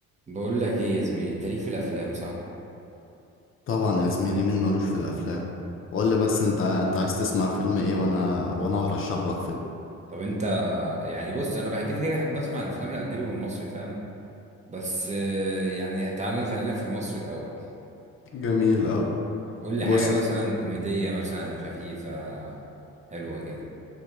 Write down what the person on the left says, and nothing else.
طبعا يا زميلي مين مالوش في الافلام قول لي بس انت انت عايز تسمع فيلم ايه وانا وانا هرشح لك فيلم
جميل قوي
بص
يا زميلي